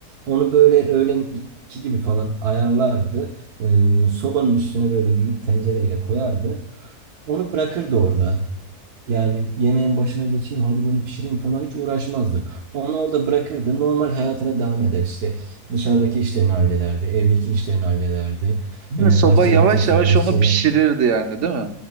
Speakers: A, on the right; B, on the right.
A: onu böyle öğlen 2 gibi falan ayarlardı. Ee, sobanın üstüne böyle büyük tencereyle koyardı. Onu bırakırdı orada. Yani yemeğin başına geçeyim hadi bunu pişireyim falan hiç uğraşmazdı. Onu orada bırakırdı normal hayatına devam eder işte dışarıdaki işlerini hallederdi evdeki işlerini hallederdi. Ee,
B: Soba
A: bahçeye
B: yavaş
A: gidecekse
B: yavaş
A: bahçeye
B: onu pişirirdi yani değil mi?